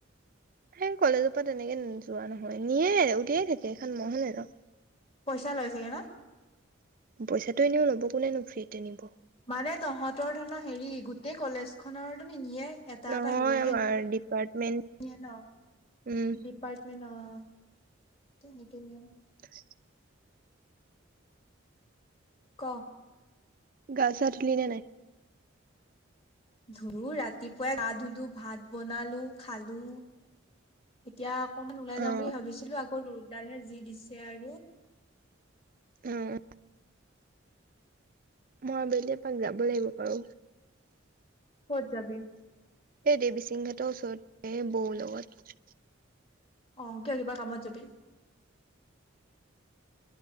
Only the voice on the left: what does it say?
পইচা লৈ চাগে ন।
মানে তহঁতৰ ধৰণৰ হেৰি গোটেই কলেজ খনৰতো নিনিয়ে? এটা
এটা হেৰি নিয়ে
ন।
দিপ-
দিপাএপাৰ্টমেণ্ট অঁ তেনেকে নিয়ে।
ক।
ধলো ৰাতিপুৱাই গা ধুলো ভাত বনালো খালো এতিয়া- অকমান ওলাই
যম বুলি ভাবিছিলো আকৌ ৰৌদডালে যি দিছে আৰু।
ক'ত যাবি?
অঁ কিয় কিবা কামত যাবি।